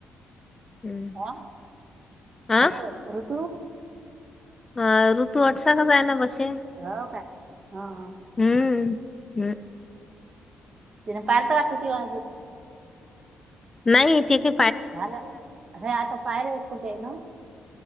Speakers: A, on the left; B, on the right.
A: हम्म
B: हा
A: हा
B: हॅलो ऋतु
A: अ ऋतू अटसाकच आहे ना बसे,
B: हो काय हा हा
A: हम्म. <unintelligible> हमम.
B: तिने पाहिल तर का किती वाजले.
A: नाही ते चे
B: झालं हे आता पायर एक कूठ आहे ना,